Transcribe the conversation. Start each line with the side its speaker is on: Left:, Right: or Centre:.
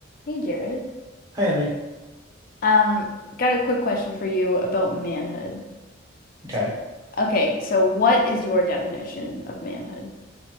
Left: Hey Jared.
Right: Hi, Emmy.
Left: Um, got a quick question for you about manhood.
Right: Okay.
Left: So, okay, so what is your definition of manhood?